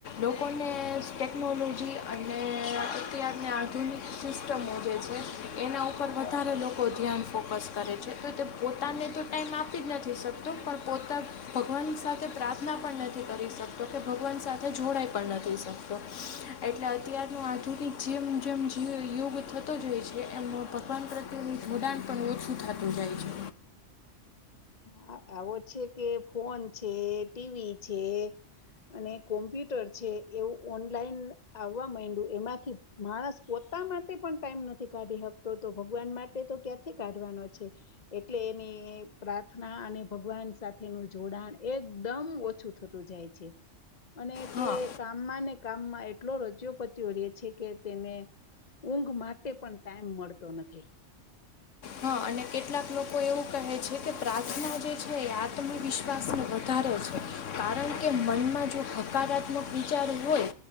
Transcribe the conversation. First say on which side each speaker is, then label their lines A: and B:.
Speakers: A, on the left (about 80°); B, on the left (about 35°).
A: લોકોને ટેકનોલોજી અને અત્યારને આધુનિક સિસ્ટમો જે છે એના ઉપર વધારે લોકો ધ્યાન ફોકસ કરે છે તો તે પોતાને તો ટાઈમ આપી જ નથી શકતો પણ પોતા ભગવાન સાથે પ્રાર્થના પણ નથી કરી શકતો કે ભગવાન સાથે જોડાઈ પણ નથી શકતો એટલે અત્યારનું આધુનિક જેમ જેમ યોગ થતો જ હોય છે એમનો ભગવાન પ્રત્યેનું જોડાણ પણ ઓછું થતું જાય છે.
B: હ આવો છે કે ફોન છે ટીવી છે અને કોમ્પ્યુટર છે એવું ઓનલાઈન આવવા માંડ્યું એમાંથી માણસ પોતા માટે પણ ટાઈમ નથી કાઢી શકતો તો ભગવાન માટે તો ક્યાંથી કાઢવાનો છે એટલે એને પ્રાર્થના અને ભગવાન સાથેનું જોડાણ એકદમ ઓછું થતું જાય છે અને
A: હા
B: તે કામમાં ને કામમાં એટલો રચ્યો પચ્યો રહેે છે કે તેને ઊંઘ માટે પણ ટાઈમ મળતો નથી.
A: હા અને કેટલાક લોકો એવું કહે છે કે પ્રાર્થના જે છે એ આત્મવિશ્વાસને વધારે છે કારણ કે મનમાં જો હકારાત્મક વિચાર હોય